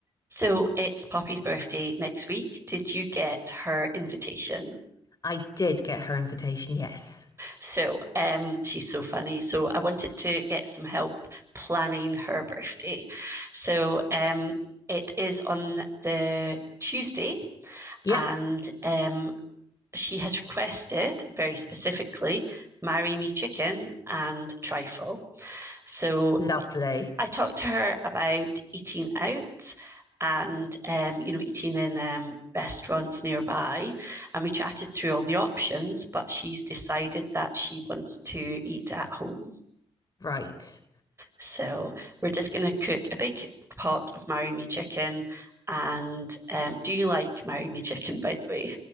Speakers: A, on the right; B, on the left.
A: So it's Poppy's birthday next week. Did you get her invitation?
B: I did get her invitation, yes.
A: So um, she's so funny. So I wanted to get some help planning her birthday. So um, it is on the Tuesday,
B: Yep,
A: and um, she has requested very specifically marry me chicken and trifle. So
B: lovely.
A: I talked to her about eating out and um, you know eating in um, restaurants nearby and we chatted through all the options but she's decided that she wants to eat at home
B: Right.
A: so we're just going to cook a big pot of marry me chicken and um, do you like marry me chicken by the way